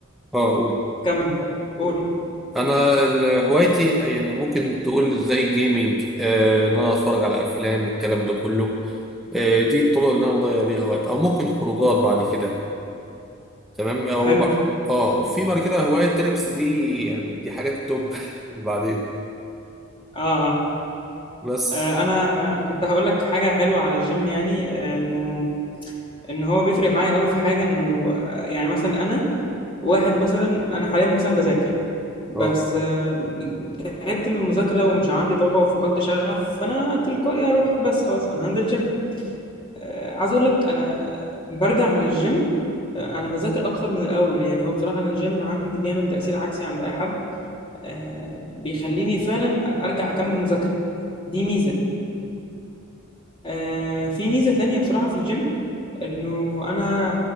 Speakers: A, in the centre; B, on the left (about 25°).
A: اه قول
B: كمل قول
A: انا ال- هوايتي يعني ممكن تقول زي جيمنج آه ان انا اتفرج على افلام الكلام ده كله آه دي الطرق اللي انا بضيع بيها وقت او ممكن خروجات بعد كده تمام او
B: حلو
A: بح... اه وفي بعد كده هوايات تانية بس دي يعني دي حاجات التوب <laughs> بعدين
B: أه أه
A: بس
B: آه، أنا كنت هقول لك حاجة حلوة على الجيم يعني آه، إنه ان هو بيفرق معايا قوي في حاجه انه يعني مثلا انا واحد مثلا انا حاليا مثلا بذاكر بس
A: اه
B: آه، تعبت من المذاكره ومش عندي طاقه وفقدت شغف فانا تلقائي اروح بس خلاص انا هنزل جيم آه، عايز اقول لك انا برجع من الجيم آه، انا بذاكر اكتر من الاول يعني هو بصراحه أنا الجيم عندي بيعمل تاثير عكسي عند اي حد آه، بيخليني فعلا ارجع اكمل مذاكره دي ميزه آه، في ميزة تانية بصراحة في الجيم انه انا